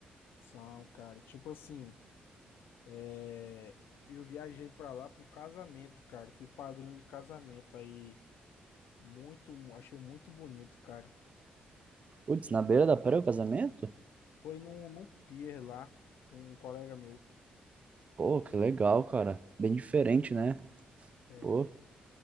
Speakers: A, on the left (about 80°); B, on the right (about 40°).
A: São, cara, e tipo assim. É, eu viajei pra lá para um casamento, cara. Fui padrinho de casamento aí. Muito, achei muito bonito, cara.
B: Putz, na beira da praia o casamento?
A: Foi num, num pier lá, com um colega meu.
B: Pô, que legal, cara. Bem diferente, né?
A: É.
B: Pô,